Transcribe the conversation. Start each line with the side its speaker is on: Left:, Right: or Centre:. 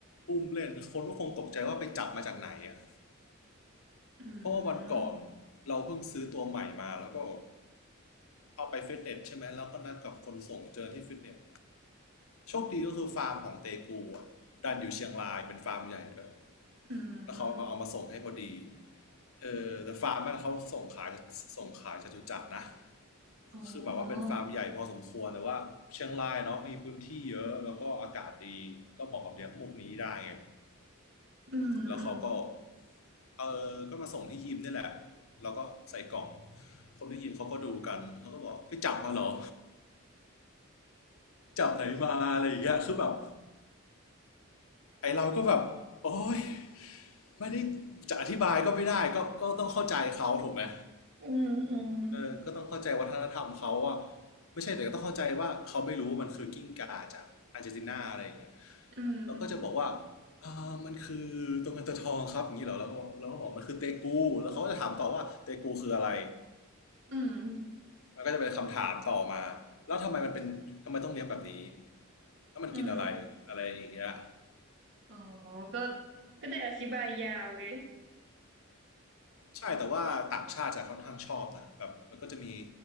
Left: อุ้มเล่นคนก็คงตกใจว่าไปจับมาจากไหนอ่ะ
Right: อื
Left: เพราะว่าวันก่อน
Right: ม
Left: เราเพิ่งซื้อตัวใหม่มาแล้วก็เอาไปฟิตเนสใช่ไหมแล้วก็นัดกับคนส่งเจอที่ฟิตเนสโชคดีก็คือฟาร์มของเตกูอ่ะดันอยู่เชียงรายเป็นฟาร์มใหญ่เลย
Right: อืม
Left: แล้วเขาเอามาส่งให้พอดีเออแต่ฟาร์มนั้นเขาส่งขายส่งขายจตุจักรนะ
Right: อ๋อ
Left: คือแบบว่าเป็นฟาร์มใหญ่พอสมควรแต่ว่าเชียงรายเนาะมีพื้นที่เยอะแล้วก็อากาศดีก็เหมาะกับเลี้ยงพวกนี้ได้ไง
Right: อืมอืม
Left: แล้วเขาก็เออก็มาส่งที่ยิมนี่แหละแล้วก็ใส่กล่องคนที่ยิมเขาก็ดูกันเขาก็บอกไปจับมาเหรอจับไหนมาอะไรอย่างเงี้ยคือแบบไอเราก็แบบโอ๊ยไม่ได้จะอธิบายก็ไม่ได้ก็ก็ต้องเข้าใจเขาถูกไหม
Right: อืม
Left: เออก็ต้องเข้าใจวัฒนธรรมเขาอะไม่ใช่แต่ก็ต้องเข้าใจว่าเขาไม่รู้ว่ามันคือกิ้งก่าจากอาร์เจนตินาอะไรอย่างเงี้ย
Right: อืมอืม
Left: แล้วก็จะบอกว่าอ่ามันคือตัวเงินตัวทองครับอย่างนี้เหรอแล้วก็แล้วก็บอกมันคือเตกูแล้วเขาก็จะถามต่อว่าเตกูคืออะไร
Right: อืมอืม
Left: มันก็จะเป็นคำถามต่อมาแล้วทำไมมันเป็นทำไมต้องเลี้ยงแบบนี้แล้วมันกินอะไรอะไรอย่างเงี้ย
Right: อืมอ๋อก็ก็ได้อธิบายยาวเลย
Left: ใช่แต่ว่าต่างชาติจะค่อนข้างชอบนะแบบมันก็จะมี